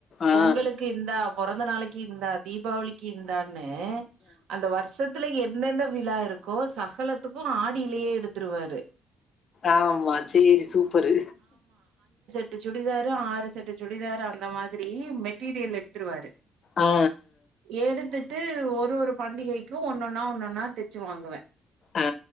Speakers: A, on the left (about 50°); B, on the right (about 80°).
A: ஆஹ்
B: பொங்கலுக்கு இந்தா பொறந்த நாளிக்கு இந்தா தீபாவளிக்கு இந்தானு அ அந்த வருஷத் த்ததுல என்னன்ன விழா இருக்கோ சட் பக்கலத்துக்கு ஆடியிலே எடுத் த்ருவாரு
A: ஆமா செரி சூப்பரு
B: ட்டு சுடிதாரு ஆறு செட்டு சுடிதாரு அந்த மாதிரி மெட்டீரியல் எடுத்துருவாரு
A: ஆ,
B: எடுத்து ட்டு ஒரு ஒரு பண்டிகைக்கு ஒன்னொன்னா ஒன்னொன்னா தெச்சு வாங்குவே
A: ஆ, ஆ.